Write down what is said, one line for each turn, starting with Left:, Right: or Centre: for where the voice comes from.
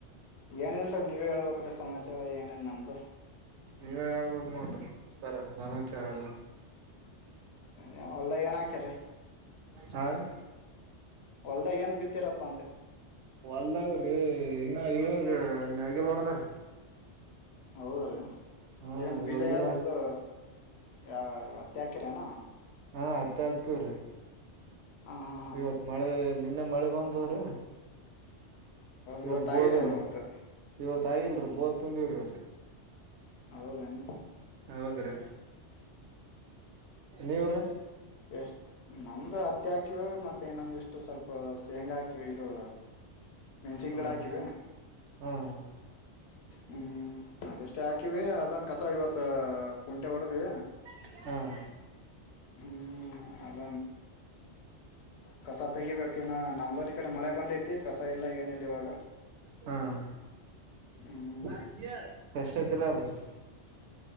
Left: ಏನಿಲ್ರೀ ನೀವೇ ಹೇಳ್ಬೇಕ್ರೀ ಸಮಾಚಾರ ಏನೆನ್ ನಮ್ದು.
Right: ನೀವೇ ಹೇಳ್ಬಕ್ ನೋಡ್ರಿ ಸರ ಸಮಾಚಾರ ಎಲ್ಲ.
Left: ಹಾ ಹೊಲ್ದಾಗ್ ಏನಕಿರಿ.
Right: ಸರ್.
Left: ಒಲ್ದಾಗ್ ಏನ್ ಬಿತ್ತೀರಪ್ಪಾ ಅಂದೆ.
Right: ಹೊಲ್ದಾಗ್ರಿ ಇನ್ನ ಇವಾಗ ನೇಗಿಲ್ ಹೋಡದಾರಿ.
Left: ಹೌದ್ರೀ
Right: ಹ್ಮ್
Left: ಏನ್ ಬೀಜ
Right: ಇವಾಗಿನ
Left: ಯಾವ್ದ ಇದು. ಯಾವ್ ಹತ್ತಿ ಹಕ್ಯರೇನ.
Right: ಹಾ ಹತ್ತಿ ಹಕ್ತೀವ್ರಿ
Left: ಹಾ ಹಾ ಹಾ
Right: ಇವತ್ ಮಳೆ. ನಿನ್ನೆ ಮಳಿ ಬಂದದರಿ ಇವಾಗ
Left: ಇವತ್ತು ಆಗಿಲ್ಲೇನು
Right: ಬೋದ.
Left: ಇವತ್ತು
Right: ಇವತ್ ಆಗಲ್ರೀ ಬೋದ ತುಂಬೀವ್ರಿ ಇವತ್ತು.
Left: ಹೌದನ್
Right: ಹೌದ್ರಿ ನೀವ್ರಿ.
Left: ಎಷ್ಟ ನಮ್ದು ಹತ್ತಿ ಹಾಕಿವಿ ಮತ್ತೆ ಇನ್ನೊಂದು ಇಷ್ಟು ಸ್ವಲ್ಪ ಶೇಂಗಾ ಹಾಕಿವಿ ಇದು.
Right: <inaudible>
Left: ಮೆಣಸಿನ
Right: ಹ್ಮ್
Left: ಗಿಡ ಹಾಕಿವಿ.
Right: ಹ್ಮ್
Left: ಹ್ಮ್ ಅದಷ್ಟೇ ಹಾಕಿವಿ ಅದ ಕಸ ಇವತ್ ಕುಂಟೆ ಹೊಡದೀವಿ.
Right: ಹ್ಮ್
Left: ಹ್ಮ ಅದ. ಕಸ ತೆಗಿಬೇಕಿನ್ನ ನಮ್ದಲ್ಲಿ ಇಕಡೆ ಮಳೆ ಬಂದೈತಿ ಕಸ ಇಲ್ಲ ಏನಿಲ್ಲ ಇವಾಗ.
Right: ಹ್ಮ್
Left: ಹ್ಮ
Right: <unintelligible> ಎಷ್ಟ ಎಕರೆ ಅದ.
Left: <unintelligible>